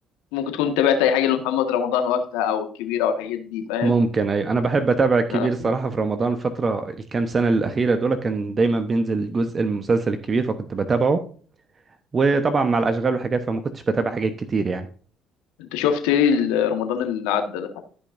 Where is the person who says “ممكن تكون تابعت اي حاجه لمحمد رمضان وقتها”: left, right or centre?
Left